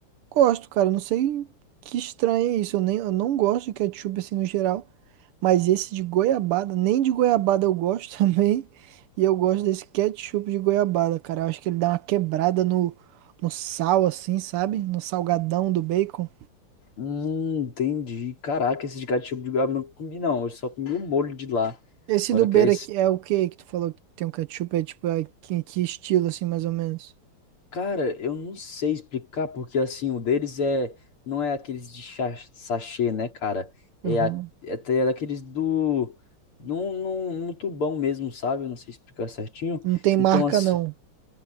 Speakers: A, on the right; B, on the left.
A: Gosto, cara. Não sei que estranho é isso. Eu, nem, eu não gosto de ketchup assim no geral. Mas esse de goiabada, nem de goiabada eu gosto <laughs> também. E eu gosto desse ketchup de goiabada, cara. Eu acho que ele dá uma quebrada no, no sal, assim, sabe? No salgadão do bacon.
B: Hum, entendi. Caraca, esse de ketchup de goiaba eu não comi, não. Eu só comi o molho de lá.
A: Esse
B: Agora
A: do Beira
B: que é
A: aqui é o que que tu falou que tem um ketchup? É tipo, é que, que estilo, assim, mais ou menos?
B: Cara, eu não sei explicar, porque assim, o deles é, não é aqueles de cha- sachê, né, cara?
A: Uhum.
B: É, a, é, t- é daqueles do, num, num, num tubão mesmo, sabe? Eu não sei explicar certinho.
A: Não tem marca,
B: Então, assim,
A: não.